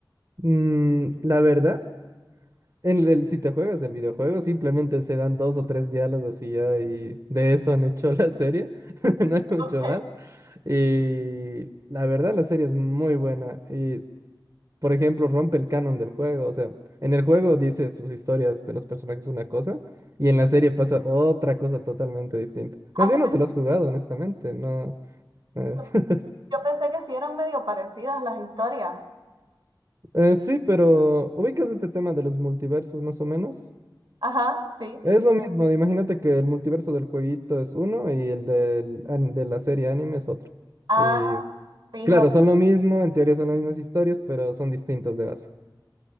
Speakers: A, on the right; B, on the right.
A: Mm, la verdad, en el, si te juegas el videojuego, simplemente se dan dos o tres diálogos y ya, y de eso han hecho la serie. <laughs> No hay mucho
B: Ok.
A: más. Y la verdad, la serie es muy buena. Y por ejemplo, rompe el canon del juego. O sea, en el juego dice sus historias de los personajes una cosa y en la serie pasa otra cosa totalmente distinta.
B: Ah,
A: Más bien no te lo has jugado, honestamente, no. eh,
B: yo,
A: <laughs>
B: Yo pensé que sí eran medio parecidas las historias.
A: eh, sí, pero ubicas este tema de los multiversos más o menos.
B: Ajá, sí.
A: Es lo mismo, imagínate que el multiverso del jueguito es uno y el del, an- de la serie anime es otro.
B: Ah,
A: Y
B: fíjate,
A: claro, son lo mismo, en teoría son las mismas historias, pero son distintas de base.